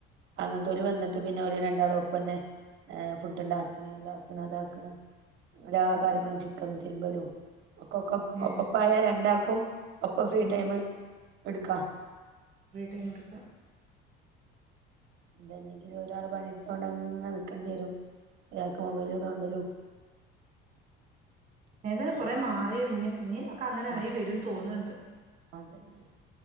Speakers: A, on the right (about 60°); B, on the right (about 40°).
A: അങ്ങനത്തോല് വന്നിട്ട് പിന്നെ ഒരു രണ്ടാളും ഒപ്പന്നെ ഏ ഫുഡ് ണ്ടാക്കണ ഇതാക്കണ അതാക്കണ എല്ലാ കാര്യങ്ങളും ചിക്കൻ തിരുമ്പലും ഒക്ക ഒക്ക
B: ഏഹ്
A: ഒപ്പപ്പായ രണ്ടാക്കും ഒപ്പം ഫ്രീ
B: ഉം
A: ടൈമ ക്ക
B: ഫ്രീ ടൈം ട്ക്ക
A: ഇതല്ലെങ്കിൽ ഒരാൾ പണിടുത്തോണ്ട്ങ്ങെനെ നിക്കേണ്ടി വരും ഒരാക്ക് മൊബൈല് തോണ്ടലും
B: ഏതാലും
A: അങ്ങനൊക്കെ
B: കുറെ മാറിക്ണ് ഇഞ്ഞ് അക്കെ അങ്ങനെ
A: ആ
B: ആയി വരുംന്ന് തോന്ന്ണ്ട്
A: അതന്നെ